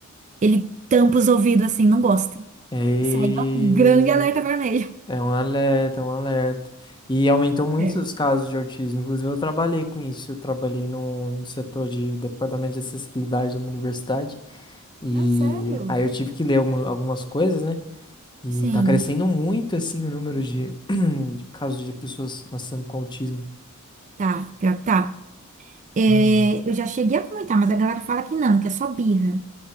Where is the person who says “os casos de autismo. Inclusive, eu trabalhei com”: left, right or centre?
Left